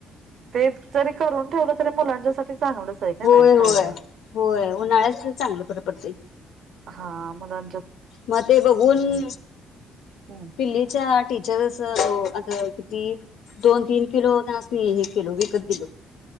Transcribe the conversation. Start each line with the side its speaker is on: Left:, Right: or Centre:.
Right: ते जरी करून ठेवलं तरी मुलांच्या साठी चांगलंच हाय कनी
Left: होय
Right: खायला.
Left: होय होय उन्हाळ्याच चांगलं बरं पडते
Right: हा. मुलां
Left: मग ते बघून
Right: हम्म
Left: पिल्लीच्या टीचर च आता किती दोन, तीन किलो तेनासनी हे केलो विकत दिलो.